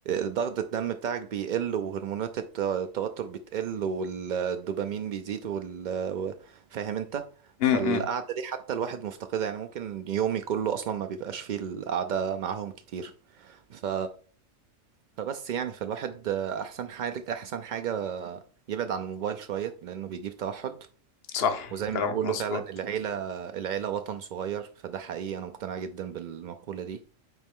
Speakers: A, on the right; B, on the left.
A: ضغط الدم بتاعك بيقل وهرمونات الت- التوتر بتقل والدوبامين بيزيد وال... و- فاهم انت
B: امم
A: فالقعدة دي حتى الواحد مفتقدها يعني ممكن يومي كله اصلا ما بيبقاش فيه القعدة معاهم كتير ف... فبس يعني فالواحد احسن حاجة احسن حاجة يبعد عن الموبايل شوية لانه بيجيب توحد
B: صح
A: وزي ما
B: كلامك
A: بيقولوا
B: مظبوط
A: فعلا العيلة العيلة وطن صغير فده حقيقي أنا مقتنع جدا بالمقولة دي